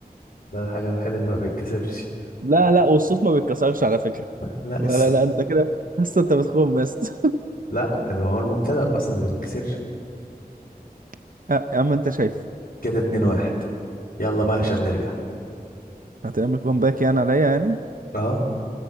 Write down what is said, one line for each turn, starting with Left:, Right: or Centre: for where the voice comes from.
Left: ده الحاجة الوحيدة اللي ما بيتكسرش
Right: لا لا والصوت ما بيتكسرش على فكرة
Left: لا
Right: ولا
Left: السو...
Right: لا انت كده بس انت بتخون بس
Left: لا ما هو المبتدأ أصلا اللي ما بيتكسرش
Right: <laughs> يا عم انت شايف
Left: كده اتنين واحد يلا بقى عشان
Right: ماشي
Left: نرجع
Right: هتعمل كومباك يعني عليا يعني
Left: اه